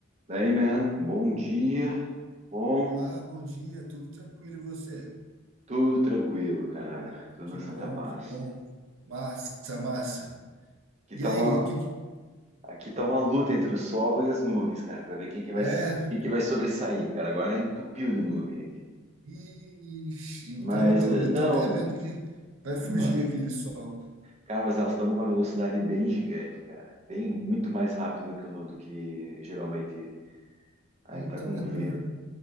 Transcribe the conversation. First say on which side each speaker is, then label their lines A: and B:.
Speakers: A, on the right; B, on the right.
A: Daí, man, bom dia, bom,
B: Olá, bom dia, tudo tranquilo e você?
A: tudo tranquilo, cara, tudo
B: Que
A: na
B: bom,
A: santa paz.
B: que bom. Massa, massa.
A: Aqui
B: E
A: tá
B: aí,
A: uma,
B: que que-
A: aqui tá uma luta entre o sol e as nuvens, cara, pra ver quem que vai,
B: é?
A: quem que vai sobressair, cara. Agora entupiu de nuvem aqui.
B: Ixi, então
A: Mas,
B: eu tô,
A: eh,
B: eu
A: não,
B: tô até vendo que vai fugir
A: ma-
B: aquele sol.
A: cara, mas elas estão numa velocidade bem gigante, cara, bem, muito mais rápido do que, o no- do que geralmente, ah,
B: Então,
A: ele tá com
B: <laughs>
A: o vento,
B: não-